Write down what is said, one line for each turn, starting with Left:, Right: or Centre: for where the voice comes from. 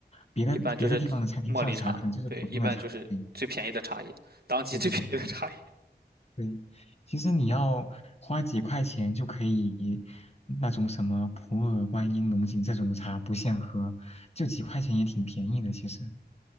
Left: 别的别的地方的餐厅上茶，
Right: 一般就是茉莉茶，
Left: 可能就是普通的茶，
Right: 对，一般就是最便宜的茶叶，
Left: 对，
Right: 当季最便宜的茶叶。
Left: 对对对对对对。其实你要花几块钱就可以，那种什么普洱、观音、龙井这种茶不限喝，就几块钱也挺便宜的，其实。